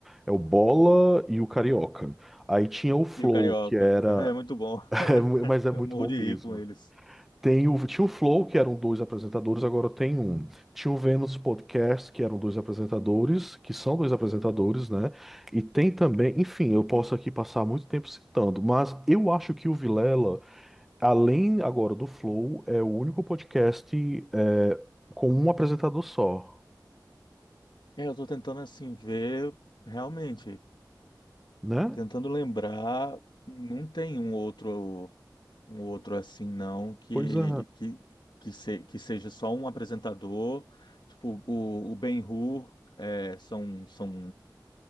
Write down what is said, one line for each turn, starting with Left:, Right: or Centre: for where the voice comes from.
Centre: é o Bola e o Carioca. Aí tinha o Flow,
Left: E o Carioca,
Centre: que era.
Left: <laughs> é muito bom,
Centre: <laughs>
Left: <laughs>
Centre: é, mu- mas é
Left: eu
Centre: muito
Left: morro
Centre: bom
Left: de
Centre: mesmo.
Left: rir com eles.
Centre: Tem o, tinha o Flow, que eram dois apresentadores, agora tem um. Tinha o Vênus Podcast, que eram dois apresentadores, que são dois apresentadores, né? E tem também, enfim, eu posso aqui passar muito tempo citando, mas eu acho que o Vilela. Além agora do Flow, é o único podcast é, com um apresentador só,
Left: É, eu tô tentando, assim, ver realmente.
Centre: né?
Left: Tentando lembrar, não tem um outro um outro assim não que
Centre: Pois é.
Left: que, que, se- que seja só um apresentador, tipo o, o Ben-Hur, é, são são